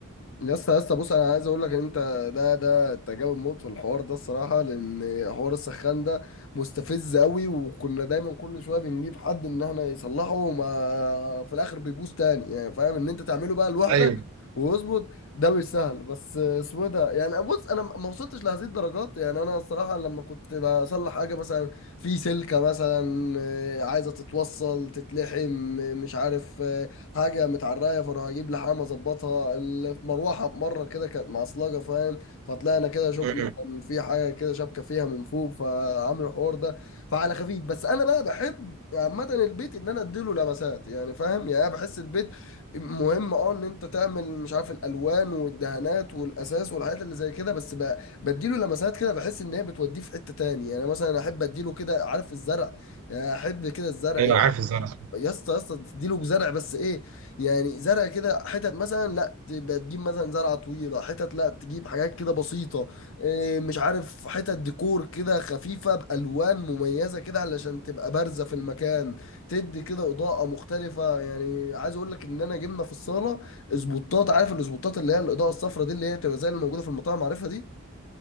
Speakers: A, on the left; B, on the right.
A: يا اسطى يا اسطى بص انا عايز اقول لك ان انت ده ده تجاوب موت في الحوار ده الصراحه لان حوار السخان ده مستفز قوي وكنا دايما كل شويه بنجيب حد ان احنا يصلحه وما في الاخر بيبوظ تاني يعني فاهم ان انت تعمله بقى لوحدك
B: ايوه
A: ويظبط ده مش سهل بس اسمه إيه ده يعني بص انا ما وصلتش لهذه الدرجات يعني انا الصراحه لما كنت بصلح حاجه مثلا في سلكه مثلا آه، عايزه تتوصل تتلحم آه، مش عارف آه، حاجه متعرايه فاروح اجيب لحام اظبطها المروحه مره كده كانت معصلجه فاهم فطلعنا كده شفنا
B: م-م.
A: كان في حاجه كده شبكه فيها من فوق فعملوا الحوار ده فعلى خفيف بس انا بقى بحب عامه البيت ان انا اديله لمسات يعني فاهم يعني انا بحس البيت مهم اه ان انت تعمل مش عارف الالوان والدهانات والاساس والحاجات اللي زي كده بس بقى بديله لمسات كده بحس ان هي بتوديه في حته تاني يعني مثلا احب اديله كده عارف الزرع يعني احب كده الزرع
B: ايوه عارف الزرع
A: يا اسطى يا اسطى تديله زرع بس ايه يعني زرع كده حتت مثلا لا تبقى تجيب مثلا زرعه طويله حتت لا تجيب حاجات كده بسيطه إيه مش عارف حتت ديكور كده خفيفه بالوان مميزه كده علشان تبقى بارزه في المكان تدي كده اضاءه مختلفه يعني عايز اقول لك ان انا جبنا في الصاله اسبوتات عارف الاسبوتات اللي هي الاضاءه الصفراء دي اللي هي بتبقى زي اللي موجوده في المطاعم عارفها دي